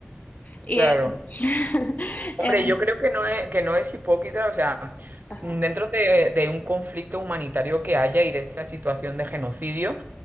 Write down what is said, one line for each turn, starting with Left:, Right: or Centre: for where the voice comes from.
Left: Y,
Right: Claro.
Left: eh, <laughs>
Right: Hombre,
Left: eh,
Right: yo creo que no es, que no es hipócrita, o sea,
Left: ajá.
Right: dentro de, de un conflicto humanitario que haya y de esta situación de genocidio,